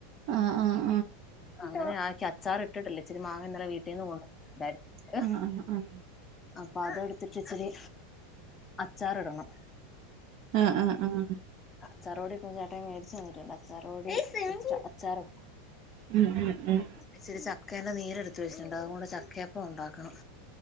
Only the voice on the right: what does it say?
ആഹ് ആഹ്
ആഹ്
ആഹ് ആഹ്
അഹ് ആഹ് ആഹ്
ഉം ഉം ഉം